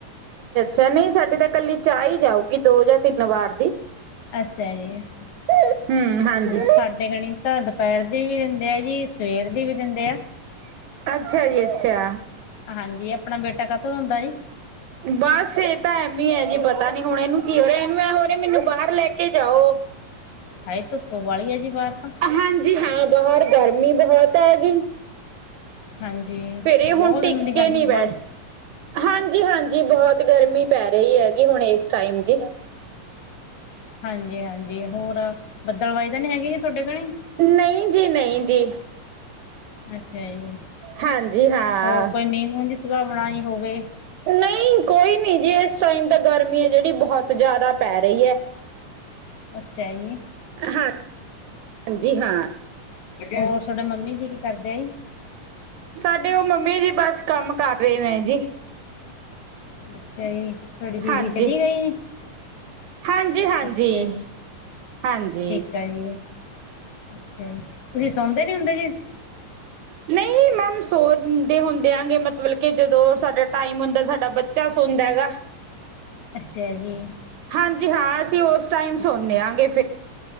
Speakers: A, on the right; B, on the left.
A: <unintelligible> ਨੀ ਸਾਡੇ ਤਾਂ ਕੱਲੀ ਚਾ ਈ ਜਾਊਗੀ ਦੋ ਜਾਂ ਤਿੰਨ ਵਾਰ ਦੀ।
B: ਅੱਸੇਆ ਜੀ। ਹੋਰ
A: ਹੂੰ, ਹਾਂਜੀ।
B: ਸਾਡੇ ਕਣੀ ਤਾਂ ਦਪੈਰ ਦੀ ਵੀ ਦਿੰਦੇ ਆ ਜੀ, ਸਵੇਰ ਦੀ ਵੀ ਦਿੰਦੇ ਆ।
A: ਅੱਛਾ ਜੀ, ਅੱਛਾ।
B: ਹਾਂਜੀ, ਅਪਣਾ ਬੇਟਾ ਕਾਤੋਂ ਰੋਂਦਾ ਜੀ?
A: ਬਾਸ ਏ ਤਾਂ ਐਮੇ ਆ ਜੀ, ਪਤਾ ਨੀ ਹੁਣ ਏਨੂੰ ਕੀ ਹੋ ਰੇਆ ਏਨੂ ਐ ਹੋ ਰੇਆ ਮੈਨੂੰ ਬਾਹਰ ਲੈ ਕੇ ਜਾਓ।
B: ਹਾਏ ਧੁੱਪੇ ਬਾਲੀ ਆ ਜੀ, ਬਾਰ ਤਾਂ।
A: ਹਾਂਜੀ ਹਾਂ, ਬਾਹਰ ਗਾਰਮੀ ਤਾਂ ਬੋਤ ਐ ਜੀ।
B: ਹਾਂਜੀ
A: ਫੇਰ ਏ
B: ਬਹੁਤ
A: ਹੁਣ ਟਿੱਕੇ
B: ਦਿਨਾਂ ਦੀ ਗਰਮੀ
A: ਨੀ ਬੈਠ
B: ਬਾ
A: ਹਾਂਜੀ-ਹਾਂਜੀ, ਬਹੋਤ ਗਰਮੀ ਪੈ ਰਈ ਆਗੀ ਹੁਣ ਏਸ ਟਾਈਮ ਜੀ।
B: ਹਾਂਜੀ-ਹਾਂਜੀ, ਹੋਰ ਬੱਦਲਵਾਈ ਤਾਂ ਨੀ ਹੈਗੀ? ਤੁਹਾਡੇ ਕਣੀ
A: ਨਈ ਜੀ, ਨਈ ਜੀ।
B: ਅੱਸੇ਼ਆ ਜੀ,
A: ਹਾਂਜੀ ਹਾਂ।
B: ਹੋਰ ਕੋਈ ਮੀਂਹ-ਮੂੰਹ ਦੀ ਸੁਲਾ ਬਣਾਈ ਹੋਵੇ?
A: ਨਈ ਕੋਈ ਨੀ ਜੀ, ਏਸ ਟਾਈਮ ਤਾਂ ਗਾਰਮੀ ਐ ਜੇੜੀ ਬਹੋਤ ਜਾਦਾ ਪੈ ਰਈ ਐ।
B: ਅੱਸੇਆ ਜੀ।
A: ਹਾਂ, ਹਾਂਜੀ ਹਾਂ।
B: ਹੋਰ, ਥੋਡੇ ਮੰਮੀ ਜੀ ਕੀ ਕਾਰਦੇ ਆ ਜੀ?
A: ਸਾਡੇ ਓ ਮੰਮੀ ਜੀ ਬਾੱਸ ਕਾੱਮ ਕਾਰ ਰਏ ਨੇ ਜੀ।
B: ਅੱਸੇਆ ਜੀ, ਥੋਡੀ ਦੀਦੀ
A: ਹਾਂਜੀ
B: ਚਲੀ ਗਈ ਜੀ?
A: ਹਾਂਜੀ ਹਾਂਜੀ
B: ਅਸੇਆ ਜੀ,
A: ਹਾਂਜੀ
B: ਠੀਕ ਆ ਜੀ। ਅੱਛਾ ਜੀ, ਤੁਸੀਂ ਸੌਂਦੇ ਨੀ ਹੁੰਦੇ ਜੀ?
A: ਨਈ ਮੈਮ ਸੋਂਦੇ ਹੁੰਦੇ ਆਂਗੇ, ਮਤਲਬ ਕੇ ਜਦੋਂ ਸਾਡਾ ਟਾਈਮ ਹੁੰਦਾ ਸਾਡਾ ਬ ਬੱਚਾ ਸੋਂਦਾ ਹੈਗਾ।
B: ਅੱਸੇਆ ਜੀ।
A: ਹਾਂਜੀ ਹਾਂ, ਅਸੀਂ ਉਸ ਟਾਈਮ ਸੌਨੇ ਹਾਂਗੇ।